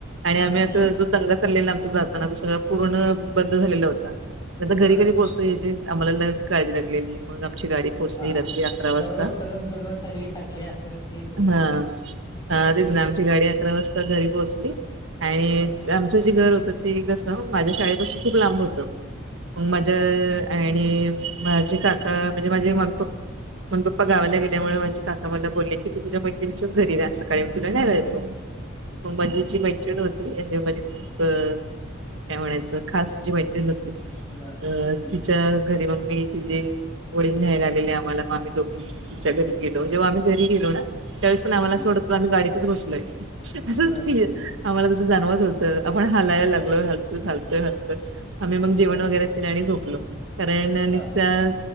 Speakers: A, on the right; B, on the left.
A: आणि आम्ही आता
B: बरं.
A: जो दंगा चाललेला आमचा जाताना तो सगळं पूर्ण बंद झालेला होता त्यांत घरी
B: हां,
A: पोहचतो यायची आम्हाला काळजी लागलेली मग आमची गाडी पोहोचली
B: हा
A: रात्री अकरा वाजता.
B: सर्व फिरून फिरून सगळी थकली असली होती
A: हा तेच ना आमची
B: आणि
A: गाडी अकरा वाजता घरी पोहोचली आणि
B: हां,
A: आमचं जे घर होतं ते कस माझ्या शाळेपासून खूप लांब होतं मग
B: हां,
A: माझ्या आणि माझे काका म्हणजे माझे मम्मीप् मम्मीप्पा गावाला गेल्यामुळे माझी काका मला बोलले की तू तुझ्या मैत्रिणीच्याच घरी रा सकाळी मी तुला न्यायला येतो
B: बरं.
A: मग माझी
B: हां,
A: जी मैत्रिण होती म्हणजे खूप काय म्हणायचं खास जे मै <unintelligible>
B: बरं.
A: <inaudible> अ
B: हं,
A: तिच्या घरी मग मी तिझे वडील न्यायला आलेले आम्हाला म आम्ही दोघी तिच्या घरी गेलो
B: हां,
A: जेव्हा आम्ही घरी गेलो ना त्यावेळेस पण आम्हाला
B: हं,
A: सोडतो आम्ही गाडीतच बसलोय असंच
B: बरं.
A: आम्हाला तसं जाणवत होतं आपण हलायला लागलोत
B: हां,
A: घलतोय हरतोय आम्ही मग जेवण
B: बरं.
A: वगैरे केलं आणि झोपलो कारण
B: हां,
A: त्या